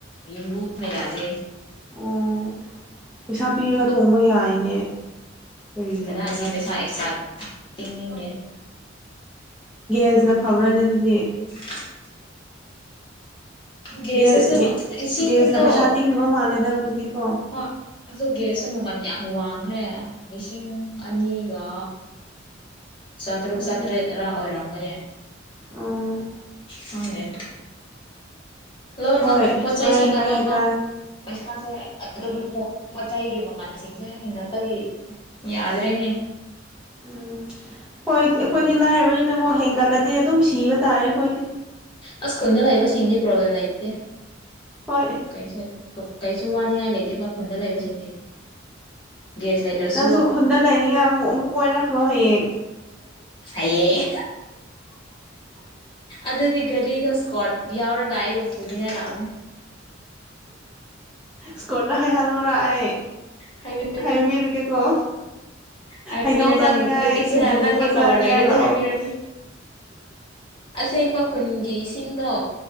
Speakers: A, on the left (about 25°); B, in the centre.
A: ꯌꯨꯝꯕꯨꯅ ꯌꯥꯗꯦ
B: ꯑꯣ ꯄꯩꯁꯥ ꯄꯤꯔꯒ ꯊꯣꯡꯕ ꯌꯥꯏꯅꯦ ꯀꯔꯤꯒꯤ
A: ꯀꯗꯥꯦ
B: ꯌꯥꯗꯕ꯭ꯔꯥꯅꯦ
A: ꯄꯩꯁꯥ ꯑꯦ ꯁꯥ ꯇꯤꯡꯅꯤꯡꯒꯦ
B: ꯦꯁꯅ ꯐꯥꯕ꯭ꯔꯅꯦ ꯑꯗꯨꯗꯤ
A: <inaudible> ꯒꯦꯁꯇꯁꯨ
B: ꯒꯦ ꯒꯦ
A: ꯏꯁꯤꯡꯗꯣ
B: ꯒ꯭ꯌꯥꯁꯅ ꯄꯩꯁꯥ ꯇꯤꯡꯗꯕ ꯃꯥꯜꯂꯦꯗ ꯑꯗꯨꯗꯤꯀꯣ
A: ꯍꯣꯏ ꯑꯗꯨ ꯒꯦꯁꯁꯨ ꯃꯃꯜ ꯌꯥꯝ ꯋꯥꯡꯈ꯭ꯔꯦ ꯃꯤꯁꯤꯡꯤꯡ ꯑꯅꯤꯒ ꯆꯥꯇꯔꯨꯛ
B: ꯎꯝ
A: ꯆꯥꯇ꯭ꯔꯦꯠꯔ ꯑꯣꯏꯔꯝꯒꯅꯤ
B: ꯎꯝ
A: ꯍꯒꯦ ꯂꯣꯏꯅꯃꯛ
B: ꯍꯣꯏ
A: ꯄꯣꯠꯆꯁꯤꯡꯁꯦ
B: ꯁꯨꯃꯥꯏꯅ ꯍꯥꯏꯌꯦ
A: ꯂꯣꯏꯃꯛ
B: ꯇꯥꯏ
A: ꯄꯩꯁꯥ ꯃꯥꯥꯁꯦ ꯑꯗꯨꯝ ꯄꯣꯠ ꯆꯩꯒꯤ ꯃꯃꯜꯁꯤꯡꯁꯦ ꯍꯦꯟꯒꯠꯄꯒꯤ ꯌꯥꯗ꯭ꯔꯦꯅꯦ
B: ꯎꯝ ꯍꯣꯏ ꯑꯩꯈꯣꯏꯗꯤ ꯂꯥꯏꯔꯕꯅꯤꯅꯀꯣ ꯍꯦꯟꯒꯠꯂꯗꯤ ꯑꯗꯨꯝ ꯁꯤꯕ ꯇꯥꯔꯦ ꯑꯩꯈꯣꯏꯗꯤ
A: ꯑꯁ ꯈꯟꯗ ꯂꯥꯛꯏꯕꯁꯤꯡꯗꯤ ꯄꯣ꯭ꯂꯦꯝ ꯂꯩꯇꯦ
B: ꯍꯣꯏ
A: ꯀꯩꯁꯨ ꯀꯩꯁꯨ ꯋꯥꯅꯤꯡꯉꯥꯏ ꯂꯩꯇꯦꯕ ꯈꯨꯟꯗ ꯂꯩꯕꯁꯤꯡꯗꯤ ꯒ꯭ꯌꯥꯁ ꯂꯩꯇ꯭ꯔꯁꯨ
B: ꯅꯪꯁꯨ ꯈꯨꯟꯗ ꯂꯩꯅꯤꯡꯉꯥꯏ ꯑꯃꯨꯛ ꯑꯃꯨꯛ ꯀꯣꯏꯔꯛꯈ꯭ꯔꯣ ꯍꯌꯦꯡ
A: ꯦ ꯑꯗꯗꯤ ꯒꯔꯤꯗ ꯁꯀꯣꯠ ꯌꯥꯎ ꯀꯥꯏ ꯎ ꯄꯨꯨꯅꯤꯒ ꯂꯅꯤ
B: ꯁ꯭ꯀꯨꯣꯔꯗ ꯍꯥꯏꯈꯜꯂꯔꯥ ꯑꯩ
A: ꯍꯥꯏꯕꯤꯌꯨꯅꯦ
B: ꯍꯥꯏꯕꯤꯔꯒꯦꯀꯣ
A: ꯍꯥꯏꯕꯤꯌꯨ
B: ꯍꯩꯅꯧ
A: ꯅꯪꯇꯤ
B: ꯆꯥꯅꯤꯡꯉꯥꯏ ꯁꯤꯡꯖꯨꯒꯨꯝꯕ
A: ꯅꯪꯒꯤ ꯄꯋꯥꯔ
B: ꯆꯥꯅꯤꯡꯉꯥꯏ
A: ꯂꯩꯔꯗꯤ
B: ꯂꯥꯛꯑꯣ
A: ꯍꯥꯏꯕꯤꯔꯗꯤ ꯑꯁꯦꯡ ꯃꯈꯨꯟꯒꯤꯁꯤꯡꯗꯣ